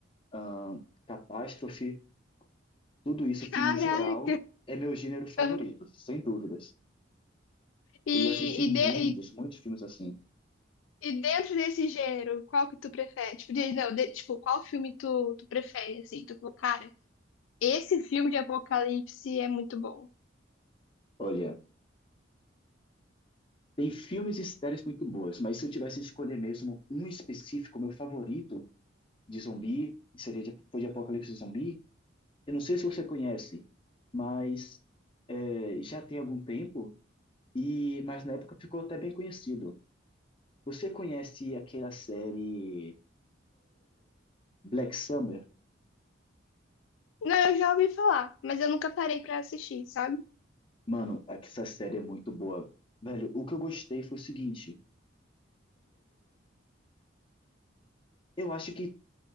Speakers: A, on the left; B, on the left.
A: ahn, catástrofe, tudo isso
B: Caraca!
A: assim no geral é meu gênero favorito,
B: Aham.
A: sem dúvidas.
B: E,
A: Eu já assisti
B: e,
A: muitos,
B: de-
A: muitos filmes assim.
B: E dentro desse gênero, qual que tu prefere? Tipo, de- não, de- tipo, qual filme tu, tu prefere, assim? Tu falou, cara, esse filme de apocalipse é muito bom.
A: Olha. Tem filmes e séries muito boas, mas se eu tivesse que escolher mesmo um específico, meu favorito de zumbi, seria de, foi de Apocalipse Zumbi. Eu não sei se você conhece, mas é, já tem algum tempo, e mas na época ficou até bem conhecido. Você conhece aquela série Black Summer?
B: Não, eu já ouvi falar, mas eu nunca parei pra assistir, sabe?
A: Mano, essa série é muito boa. Velho, o que eu gostei foi o seguinte: eu acho que